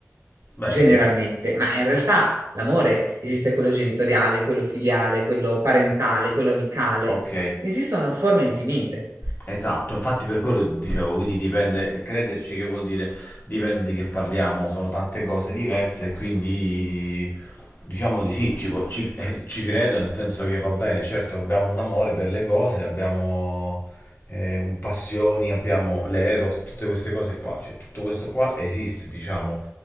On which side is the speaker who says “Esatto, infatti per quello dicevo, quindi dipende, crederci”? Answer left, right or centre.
Left